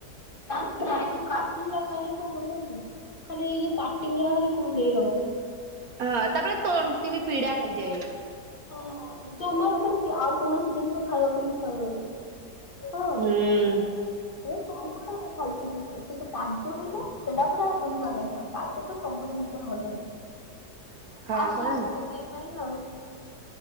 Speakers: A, on the left; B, on the right.
A: ଜାଣିଛୁନା ଏଇ ଯୋଉ କାଜୁଗୁୁରା ଖାଇଲେ କଣ ହବ ଜାଣିଚୁ? ଖାଲି ଏଇ ଯୋଉ ପାଟି ଗୁରା ଖାଲି କୁଣ୍ଡେଇ ହବ।
B: ହଁ ତାପରେ ତଣ୍ଟି ବି ପୀଡା ହେଇଯାଏ।
A: ହଁ ଜମା ମାନେ କି-ଆଉ କୌଣସି ଜିନିଷ ଖାଇବାକୁ ଇଚ୍ଛା ହୁଏନି ହଁ।
B: ହୁଁ
A: ଏ କୋଉ କୋଉଟା ଫାଲତୁ ଜିନିଷ ଟା କିନ୍ତୁ କାଜୁ ହେଲେ ସେଇଟା ପୁରା ସୁନ୍ଦର ଲାଗିବ, ତା ସହିତ ସବୁ ଜିନିଷ ଭଲ ଲାଗେ।
B: ହଁ
A: ଫାଷ
B: ପରା।
A: ଫାଷ ସେ କେକେଇ ପାଇଁ ଆଉ।